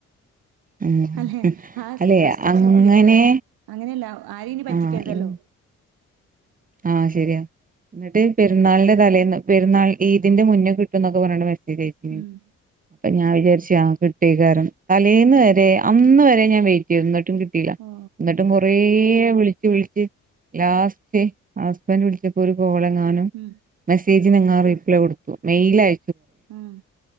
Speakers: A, on the right; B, on the right.
A: ഉം
B: അല്ലെ ആഹ
A: അല്ലെ
B: പ്രശ്നം
A: അങ്ങനെ
B: തീരട്ടെ അങ്ങനെയല്ല ആരെയും ഇനി പറ്റിക്കരുതല്ലോ
A: ആഹ് ഇൻ ആഹ് ശരിയാ എന്നിട്ട് പെരുന്നാളിന്റെ തലേന്ന് പെരുന്നാൾ ഈദിന്റെ മുന്നേ കിട്ടന്ന് ഒക്കെ പറയുന്നുണ്ട് ച്ച
B: ഉം
A: <unintelligible> അപ്പൊ ഞാൻ വിചാരിച്ച് ആഹ് കിട്ടീ കാരൻ തലേന്ന് വരെ അന്ന് വരെ ഞാൻ വെയിറ്റ് ചെയ് ന്നിട്ടും കിട്ടില
B: ഓ
A: എന്നിട്ടും കുറേ ള <unintelligible> വിളിച്ച് ലാസ്റ്റ് <inaudible> ഹസബൻ്റ് വിളിച്ചപ്പോ ഒരു കോള് <inaudible>
B: ഉം
A: ങ്ങൾ റിപ്ലൈ കൊടുത്ത മെയിൽ അയ
B: ആഹ്